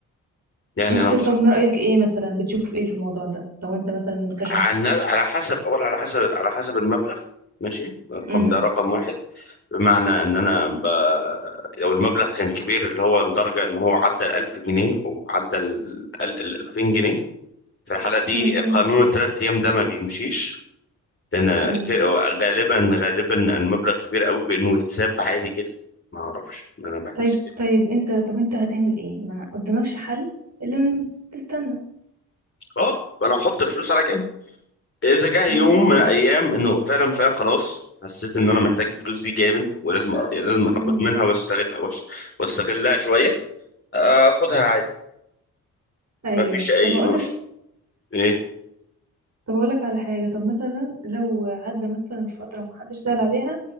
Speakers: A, on the left; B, on the right.
A: يعني
B: انت
A: انا بص...
B: طب من رأيك ايه مثلا بتشوف ايه في الموضوع ده لو انت مثلا كشخص
A: عن... على حسب اول على حسب على حسب المبلغ ماشي الرقم
B: امم
A: ده رقم واحد بمعنى ان انا ب... لو المبلغ كان كبير اللي هو لدرجه ان هو عدى ال 1000 جنيه او عدى ال ال- ال- 2000 جنيه في الحاله دي
B: امم امم
A: قانون الثلاث ايام ده ما بيمشيش لأن
B: إمم.
A: ك- غالبا غالبا المبلغ كبير قوي بإنه يتساب عادي كده ما أعرفش ما أنا بحس
B: طيب
A: كده
B: طيب انت طب انت هتعمل ايه ما قدامكش حل الا ان تستنى
A: أه أنا هحط الفلوس على جنب إذا جه
B: بالظبط
A: يوم من الأيام
B: كده
A: إنه فعلا فعلا خلاص حسيت إن أنا محتاج الفلوس دي جامد ولازم لازم
B: م-م.
A: آخد منها واستغل وأش- واستغلها شوية آخدها عادي
B: ايوه
A: ما فيش أي
B: طب هقولك
A: مش إيه
B: طب هقولك على حاجه طب مثلا لو عدى مثلا فتره محدش سأل عليها